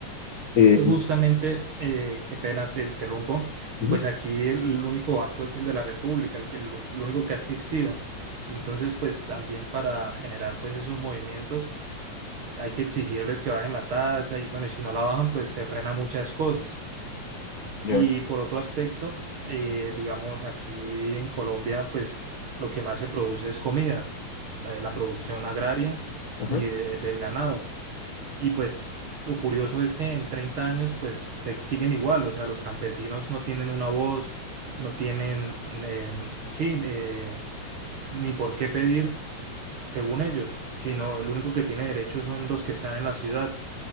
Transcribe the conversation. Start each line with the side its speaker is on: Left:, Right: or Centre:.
Left: Eh,
Right: Es que justamente, eh, qué pena te interrumpo,
Left: ujú,
Right: pues aquí el único banco es el de la República, el que, el, el único que ha existido. Entonces, pues también para generar pues esos movimientos hay que exigirles que bajen la tasa y bueno, y si no la bajan, pues se frena muchas cosas. Y
Left: ya,
Right: por otro aspecto, eh, digamos, aquí en Colombia, pues lo que más se produce es comida, la de la producción agraria
Left: ajá,
Right: y de- del ganado. Y pues lo curioso es que en 30 años pues se siguen igual, o sea, los campesinos no tienen una voz, no tienen, eh, sí, eh, ni por qué pedir según ellos, sino el único que tiene derecho son los que están en la ciudad.